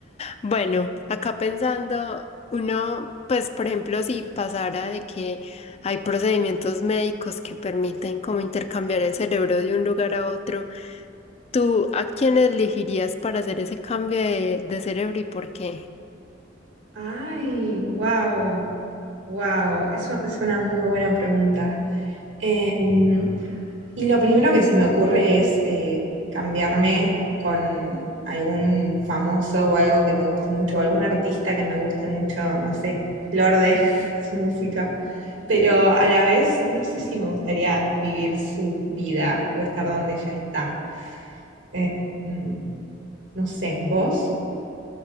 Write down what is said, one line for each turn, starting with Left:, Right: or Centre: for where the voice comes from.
Left: Bueno, acá pensando, uno, pues por ejemplo, si pasara de que hay procedimientos médicos que permiten como intercambiar el cerebro de un lugar a otro, ¿tú a quién elegirías para hacer ese cambio de, de cerebro y por qué?
Right: Ay, wow, wow, eso es una muy buena pregunta. Em, Y lo primero que se me ocurre es eh, cambiarme con algún famoso o algo que me guste mucho, o algún artista que me guste mucho, no sé, Lorde, <laughs> su música. Pero a la vez, no sé si me gustaría vivir su vida o estar donde ella está. Eh, mm, no sé, ¿vos?